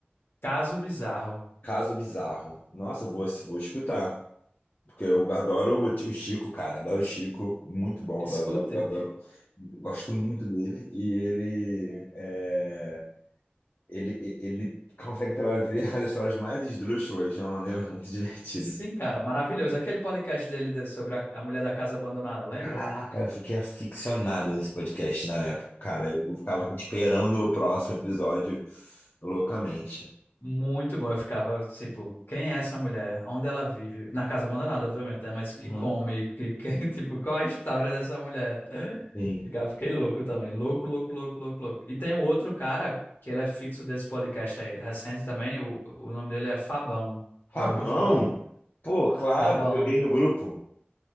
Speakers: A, on the left; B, on the left.
A: Caso bizarro.
B: Caso Bizarro. Nossa, eu vou, vou escutar. Porque eu adoro o tio Chico, cara. Adoro o Chico. Muito bom,
A: Escute.
B: adoro, adoro, adoro. Gosto muito dele. E ele, é, ele, ele consegue trazer as histórias mais esdrúxulas de uma maneira <laughs> muito divertida.
A: Sim, cara, maravilhoso. Aquele podcast dele de- sobre a, a mulher da casa abandonada, lembra?
B: Caraca, eu fiquei aficionado nesse podcast na época, cara. Eu ficava assim, esperando o próximo episódio loucamente.
A: Muito bom. Eu ficava tipo, quem é essa mulher? Onde ela vive? Na casa abandonada, obviamente, né? Mas que
B: Uhum.
A: come, que, que- <laughs> tipo, qual a história dessa mulher?
B: Sim.
A: Ficava, fiquei louco também. Louco, louco, louco, louco, louco. E tem um outro cara que ele é fixo desse podcast aí, recente também. O, o nome dele é Fabão.
B: Fabão!
A: Já ouviu o Fabão?
B: Pô, claro,
A: Fabão.
B: eu joguei no grupo.